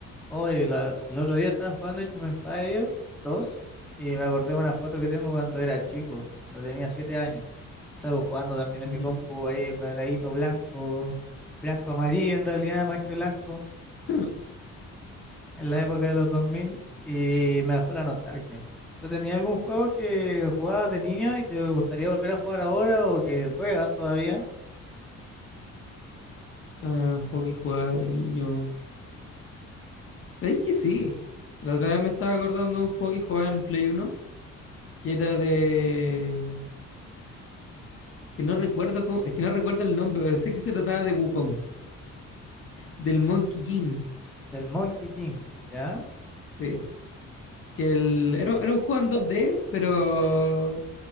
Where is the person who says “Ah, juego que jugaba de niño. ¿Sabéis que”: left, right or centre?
Left